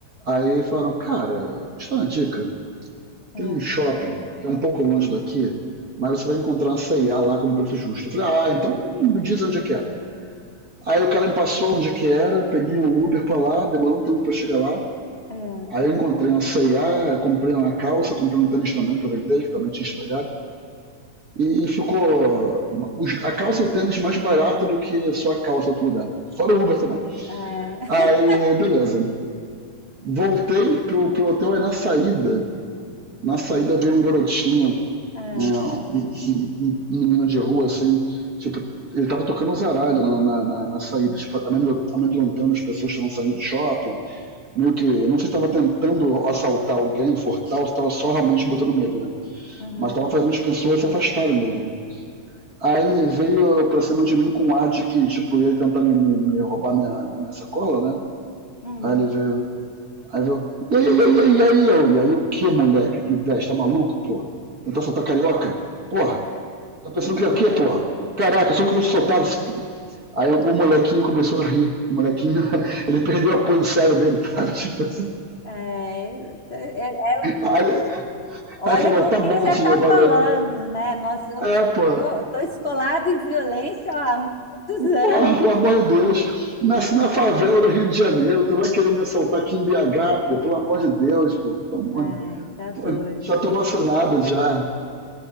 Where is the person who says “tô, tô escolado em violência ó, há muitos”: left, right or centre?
Left